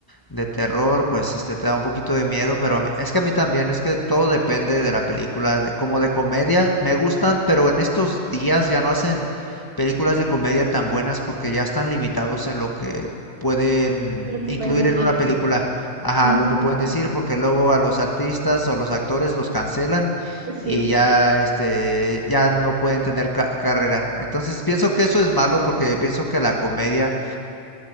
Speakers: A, on the left; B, on the right.
A: de terror, pues este te da un poquito de miedo, pero a mí- es que a mí también, es que todo depende de la película, de- como de comedia, me gustan, pero en estos días ya no hacen películas de comedia tan buenas porque ya están limitados en lo que pueden
B: lo que
A: incluir
B: pueden decir.
A: en una película, ajá,
B: Ujú,
A: lo que pueden decir, porque luego a los artistas o los actores los cancelan
B: Sí.
A: y ya este ya no pueden tener ca- carrera. Entonces pienso que eso es malo porque pienso que la comedia